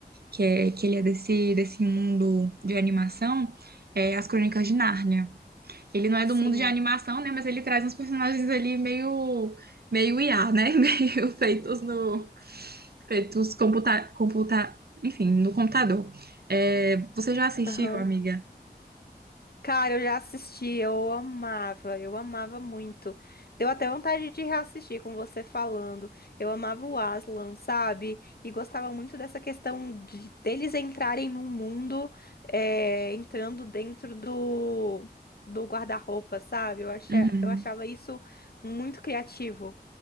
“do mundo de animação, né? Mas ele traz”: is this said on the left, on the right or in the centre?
Right